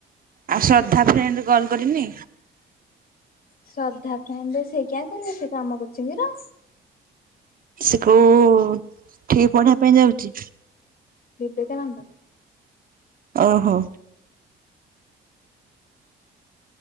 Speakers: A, on the right (about 45°); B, on the left (about 50°).
A: ଆଉ ଶ୍ରଦ୍ଧା ଫ୍ରେଣ୍ଡ କଲ କରିନି।
B: ଶ୍ରଦ୍ଧା ଫ୍ରେଣ୍ଡ ସେ କିଆଁ କରିବ ସେ କଣ ଆମ କୋଚିଙ୍ଗର।
A: ସେ କୋଉ ଠି ପଢିବା ପାଇଁ ଯାଉଛି।
B: ବିବେକାନନ୍ଦ।
A: ଓହୋ।